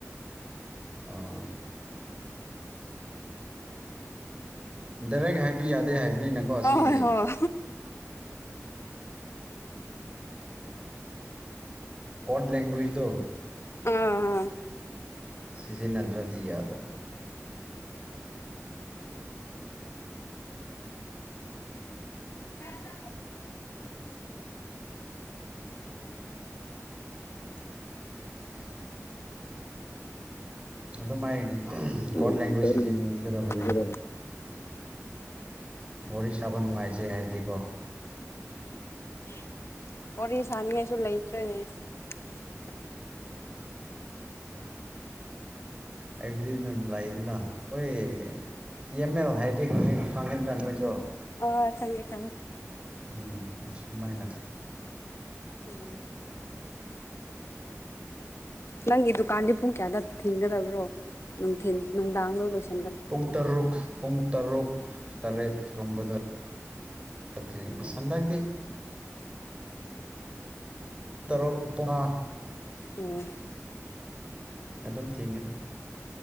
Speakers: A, on the right; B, on the left.
A: ꯑꯥ ꯗꯥꯏꯔꯦꯛ ꯍꯥꯏꯕ ꯌꯥꯗꯦ ꯍꯥꯏꯕꯅꯤꯅꯀꯣ
B: ꯍꯣꯏ
A: ꯁꯤꯒꯤ
B: ꯍꯣꯏ
A: <inaudible> ꯋꯥ ꯂꯦꯡꯒ꯭ꯋꯦꯖ ꯀꯗꯣ
B: ꯑꯥ ꯑꯥ
A: ꯁꯤꯖꯤꯟꯅꯗ꯭ꯔꯗꯤ ꯌꯥꯗꯕꯅꯤ <inaudible>
B: <inaudible>
A: <inaudible> ꯑꯗꯨꯃꯥꯏ
B: ꯎꯝ
A: ꯀꯣꯔꯠ ꯂꯦꯡꯒ꯭ꯋꯦꯖ
B: ꯀꯔꯤ
A: ꯁꯤꯖꯤꯟꯅꯒꯗꯕꯅꯤ
B: ꯇꯧꯒꯗꯕ
A: ꯋꯥꯔꯤ ꯁꯥꯕ ꯅꯨꯡꯉꯥꯏꯖꯩ ꯍꯥꯏꯔꯗꯤꯀꯣ
B: <inaudible> ꯋꯥꯔꯤ ꯁꯥꯅꯤꯡꯉꯥꯏꯁꯨ ꯂꯩꯇ꯭ꯔꯦꯅꯦ <inaudible>
A: <inaudible> <inaudible> ꯑꯩꯕꯨꯗꯤ ꯅ ꯂꯩꯗꯅ ꯑꯩꯈꯣꯏ ꯇꯤ ꯑꯦꯝ ꯑꯦꯜ ꯍꯥꯏꯗꯤ ꯈꯪꯉꯤꯗꯅ ꯅꯣꯏꯁꯨ
B: ꯑ ꯈꯪꯉꯦ ꯈꯪꯉꯦ
A: ꯎꯝ ꯃꯨꯃꯥꯏꯅ
B: ꯎꯝ ꯅꯪꯒꯤ ꯗꯨꯀꯥꯟꯗꯤ ꯄꯨꯡ ꯀꯌꯥꯗ ꯊꯤꯡꯒꯗꯕ꯭ꯔꯣ ꯅꯨꯡꯊꯤꯟ ꯅꯨꯡꯗꯥꯡꯗꯣ ꯂꯣꯏꯁꯤ
A: ꯄꯨꯡ ꯇꯔꯨꯛ ꯄꯨꯡ ꯇꯔꯨꯛ ꯇꯔꯦꯠꯀꯨꯝꯕꯗ ꯊꯦꯡ ꯍꯟꯗꯛꯀꯤ ꯇꯔꯨꯛ ꯄꯨꯡꯉꯥ
B: ꯎꯝ
A: ꯑꯗꯨꯝ ꯊꯦꯡꯉꯤꯗ